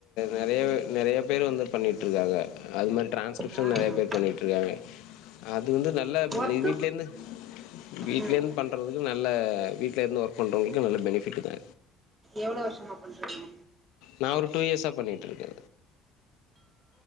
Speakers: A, on the left (about 60°); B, on the right (about 25°).
A: நெறைய நெறைய பேர் வந்து பண்ணிட்ருக்காங்க அது மாரி ட்ரான்ஸ் க்ரிப்ஷன்
B: ஆ
A: நெறைய பேர் பண்ணிட்ருக்காங்க அ இது வந்து நல்ல
B: ஒர்க்கு
A: நீ வீட்லே இருந்து வீட்லேந்து
B: ம்
A: பண்றதுந்து நல்ல வீட்லே இருந்து வர்க் பண்றவங்களுக்கு நல்ல பெனிஃபிட்டுதா
B: எவ்ளோ வர்ஷமா பன்றீங்க
A: நா ஒரு டூ இயஸ்ஸா பண்ணிட்ருக்கே